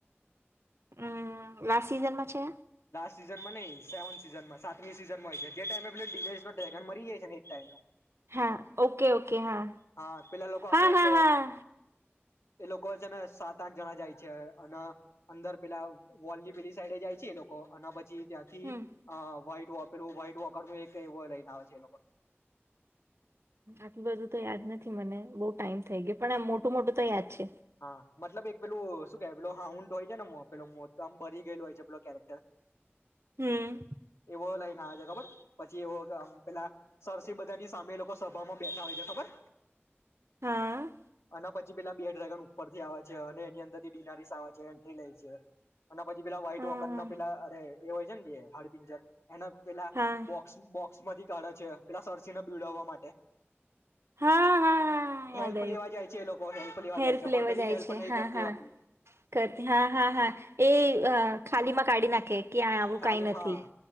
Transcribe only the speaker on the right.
હમ. લાસ્ટ સિઝનમાં છે.
હા ઓકે ઓકે. હા
હા
હા હા
હમ
આટલી બધું તો યાદ નથી મને બહુ ટાઈમ થઈ ગયો પણ આ મોટું મોટું તો યાદ છે.
હમ
હા.
હા
હા હા
હા હા યાદ
હેલ્પ
લેવા
જાય
છે
હા
હા
હા હા હા એ ખાલીમાં કાઢી નાખે કે આવું
કઈ નથી